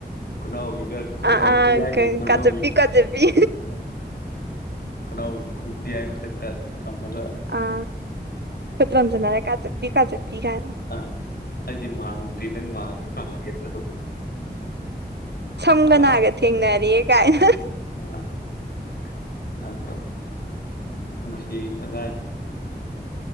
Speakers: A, on the left; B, on the right.
A: ꯈꯨꯅꯥꯎꯕꯤꯒ ꯈꯨꯠꯌꯥꯢ
B: ꯑꯥ ꯑꯥ
A: ꯈꯨꯌꯥꯢꯒ ꯈꯨꯅꯥꯎꯋꯤ
B: ꯀꯥꯖꯞꯄꯤ
A: <unintelligible>
B: ꯀꯥꯖꯞꯄꯤ
A: ꯈꯨꯅꯥꯎ ꯈꯨ ꯈꯨꯌꯥꯏ ꯃꯊꯛꯇ ꯊꯝꯃꯒ
B: ꯑꯥ ꯈꯨꯠ ꯂꯣꯝꯖꯟꯅꯔ ꯀꯥ ꯆꯞꯄꯤ ꯀꯥ ꯆꯞꯄꯤ ꯀꯥꯏꯅ
A: ꯑ ꯑꯩꯗꯤ ꯃꯥꯡꯗ꯭ꯔꯤ ꯅꯪ ꯃꯥꯡꯉꯦ ꯃꯥꯡꯉꯦ ꯇꯧ
B: ꯁꯝꯒ
A: ꯑꯥ
B: ꯅꯥꯒ ꯊꯦꯡꯅꯔꯤꯌꯦ ꯀꯥꯏꯅ
A: <unintelligible>